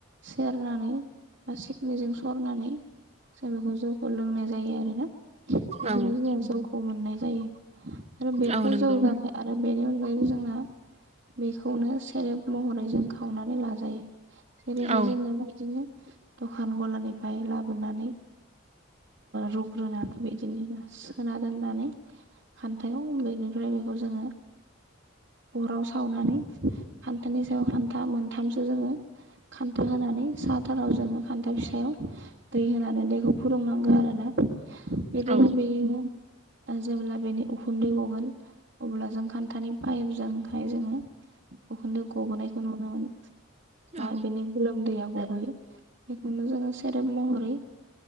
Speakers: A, on the right; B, on the right.
A: सेरनानै बा सिखनिजों स सरनानै जों बेखौ जौखौ लोंनाय जायो आरोना। बिदिनो
B: औ
A: जोङो जौखौ मोननाय जायो आरो बेथ'
B: औ नंगौ
A: जौ जाखाय आरो बेनि अनगायैबो जों आं बेखौनो सेरेब महरै जों खावनानै लाजायो। जेरैहाय
B: औ
A: जोंनियावबो बिदिनो दखान गलानिफ्राय लाबोनानै। रुग्रोनानै बिदिनो सोना दोननानै खान्थायाव बेनिफ्राय बेखौ जोङो अराव सावनानै खान्थानि सायाव खान्था मोनथामसो जोङो खान्था होनानै सा हाथाराव जोङो खान्था फिसायाव दै होनानै दैखौ फुदुंनांगौ आरोना बिदिनो
B: औ
A: बेनो जेब्ला बेनि उखुन्दै गगोन अब्ला जों खान्थानि पाइपजोंहाय जोङो उखुनदै गबोनायखौ नुनो मोनो।
B: औ
A: बा बिनि गोलोमदैया गुबोयो बेखौनो जोङो सेरेब महरै